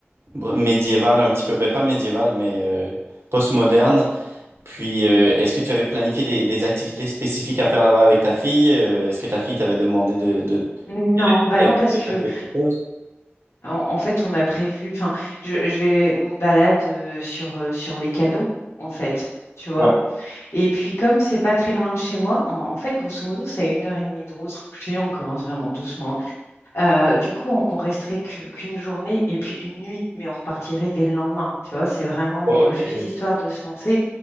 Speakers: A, on the right (about 75°); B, on the left (about 85°).
A: br- médiéval un petit peu. Ben, pas médiéval, mais euh, post-moderne. Puis, euh, est-ce que tu avais planifié des, des activités spécifiques à faire là-bas avec ta fille? Euh, est-ce que ta fille t'avait demandé de, de-
B: Non, bah
A: Elle
B: non, parce
A: peut
B: que
A: faire quelque chose.
B: En, en fait, on a prévu, enfin, je, je vais une balade euh, sur, euh, sur les canaux, en fait, tu vois.
A: Ouais.
B: Et puis, comme c'est pas très loin de chez moi, en, en fait, grosso modo, c'est à une heure et demie de route. Je sais, on commence vraiment doucement. Euh, du coup, on, on resterait que- qu'une journée et puis une nuit, mais on repartirait dès le lendemain, tu vois. C'est vraiment
A: Ok.
B: euh, juste histoire de se lancer.